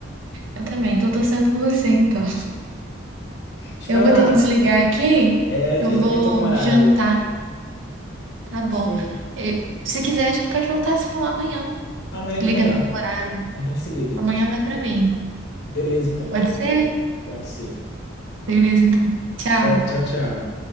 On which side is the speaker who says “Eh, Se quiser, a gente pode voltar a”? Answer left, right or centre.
Right